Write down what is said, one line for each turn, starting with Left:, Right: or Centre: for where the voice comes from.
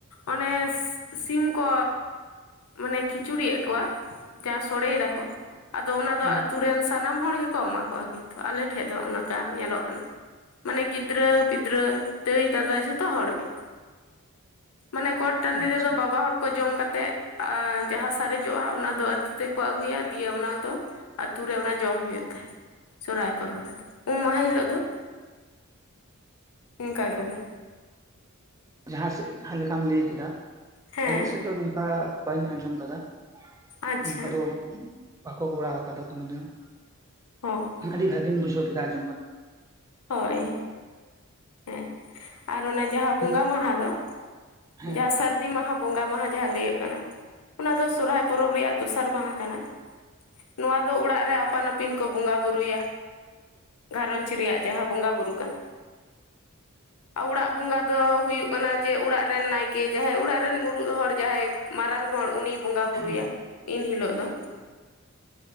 Left: ᱚᱱᱮ ᱥᱤᱢ ᱠᱚ ᱢᱟᱱᱮ ᱠᱷᱤᱪᱩᱲᱤ ᱮ ᱠᱚᱣᱟ᱾ ᱡᱟ ᱥᱚᱲᱮᱭ ᱫᱟᱠᱚ ᱟᱫᱚ ᱚᱱᱟ ᱫᱚ
Right: ᱦᱮᱸ
Left: ᱟᱛᱩ ᱨᱮᱱ᱾ ᱥᱟᱱᱟᱢ ᱦᱚᱲ ᱜᱮᱠᱚ ᱮᱢᱟ ᱠᱚᱣᱟ ᱠᱤᱱᱛᱩ ᱟᱞᱮ ᱴᱷᱮᱡ ᱫᱚ ᱚᱱᱠᱟ ᱧᱮᱞᱚᱜ ᱠᱟᱱᱟ ᱢᱟᱱᱮ ᱜᱤᱫᱽᱨᱟᱹ ᱯᱤᱫᱽᱨᱟᱹ ᱫᱟᱹᱭᱼ ᱫᱟᱫᱟ ᱡᱷᱚᱛᱚ ᱦᱚᱲ ᱜᱮ᱾ ᱢᱟᱱᱮ ᱜᱚᱴ ᱴᱟᱹᱰᱤ
Right: ᱟᱪᱪᱷᱟ
Left: ᱨᱮᱫᱚ ᱵᱟᱵᱟ ᱦᱚᱲ ᱠᱚ ᱡᱚᱢ ᱠᱟᱛᱮᱫ ᱡᱟᱦᱟᱸ ᱥᱟᱨᱮᱡᱚᱜᱼᱟ ᱚᱱᱟ ᱫᱚ ᱟᱹᱛᱩ ᱛᱮᱠᱚ ᱟᱹᱜᱩᱭᱟ ᱫᱤᱭᱮ ᱚᱱᱟ ᱫᱚ᱾ ᱟᱹᱛᱩ ᱨᱮ ᱚᱱᱟ ᱡᱚᱢ ᱦᱩᱭᱩᱜ ᱛᱟᱦᱮᱸᱜ ᱥᱚᱨᱦᱟᱭ ᱯᱚᱨᱚᱵᱽ ᱨᱮᱫᱚ ᱩᱢ ᱢᱟᱦᱟ ᱦᱤᱞᱳᱜ ᱫᱚ᱾ ᱚᱱᱠᱟ ᱠᱟᱱᱟ
Right: ᱡᱟᱦᱟᱸᱥᱮᱫ ᱡᱟᱦᱟᱸ ᱞᱮᱠᱟᱢ ᱞᱟᱹᱭ ᱠᱮᱫᱟ᱾
Left: ᱦᱮᱸ
Right: ᱟᱞᱮ ᱥᱮᱫ ᱫᱚ ᱱᱚᱝᱠᱟ ᱵᱟᱹᱧ ᱟᱸᱡᱚᱢ ᱫᱟᱫᱟ
Left: ᱟᱪᱪᱷᱟ
Right: ᱱᱚᱝᱠᱟ ᱫᱚ᱾ ᱵᱟᱠᱚ ᱠᱚᱨᱟᱣ ᱠᱟᱫᱟ ᱠᱚᱱᱳ ᱫᱤᱱ ᱦᱚ
Left: ᱦᱚᱸ
Right: ᱟᱹᱰᱤ ᱵᱷᱟᱹᱜᱤᱧ ᱵᱩᱡᱷᱟᱹᱣ ᱠᱮᱫᱟ ᱟᱸᱡᱚᱢ ᱠᱟᱛᱮ ᱦᱚ
Left: ᱦᱳᱭ ᱦᱮᱸ ᱟᱨ ᱚᱱᱟ ᱡᱟᱦᱟᱸ ᱵᱚᱸᱜᱟ
Right: ᱢᱮᱱᱠᱷᱟᱱ
Left: ᱢᱟᱦᱟ ᱫᱚ
Right: ᱦᱮᱸ
Left: ᱡᱟᱦᱟᱸ ᱥᱟᱨ ᱫᱤ ᱢᱟᱦᱟ ᱵᱚᱸᱜᱟ ᱢᱟᱦᱟ ᱡᱟᱦᱟᱸ ᱞᱟᱹᱭᱟᱹᱚᱜ ᱠᱟᱱᱟ ᱚᱱᱟ ᱫᱚ ᱥᱚᱨᱦᱟᱭ ᱯᱚᱨᱚᱵᱽ ᱨᱮᱭᱟᱜ ᱫᱚᱥᱟᱨ ᱢᱟᱦᱟ ᱠᱟᱱᱟ᱾ ᱱᱚᱣᱟ ᱫᱚ ᱚᱲᱟᱜ ᱨᱮ ᱟᱹᱯᱟᱱ ᱟᱹᱯᱤᱱ ᱠᱚ ᱵᱚᱸᱜᱟ ᱵᱩᱨᱩᱭᱟ ᱜᱷᱟᱨᱚᱸᱡᱽ ᱨᱮᱭᱟᱜ ᱡᱟᱦᱟᱸ ᱵᱚᱸᱜᱟ ᱵᱩᱨᱩ ᱠᱟᱱᱟ᱾ ᱟᱨ ᱚᱲᱟᱜ ᱵᱚᱸᱜᱟ ᱫᱚ ᱦᱩᱭᱩᱜ ᱠᱟᱱᱟ ᱡᱮ ᱚᱲᱟᱜ ᱨᱮᱱ ᱱᱟᱭᱠᱮ ᱡᱟᱦᱟᱸᱭ ᱚᱲᱟᱜ ᱨᱮᱱ ᱢᱩᱬᱩᱫ ᱦᱚᱲ ᱡᱟᱦᱟᱸᱭ ᱢᱟᱨᱟᱝ ᱦᱚᱲ ᱩᱱᱤᱭ ᱵᱚᱸᱜᱟ ᱵᱩᱨᱩᱭᱟ
Right: ᱦᱮᱸ
Left: ᱤᱱ ᱦᱤᱞᱳᱜ ᱫᱚ